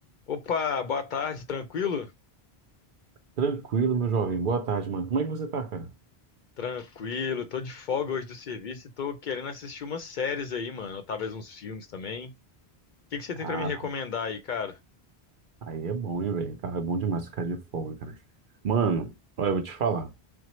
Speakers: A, on the left (about 55°); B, on the right (about 60°).
A: Opa, boa tarde, tranquilo?
B: Tranquilo, meu jovem. Boa tarde, mano. Como é que você tá, cara?
A: Tranquilo, tô de folga hoje do serviço e tô querendo assistir umas séries aí, mano, ou talvez uns filmes também. O que que você
B: Cara,
A: tem pra me recomendar aí, cara?
B: aí é bom, hein, velho? Cara, é bom demais ficar de folga, cara. Mano, olha, eu vou te falar.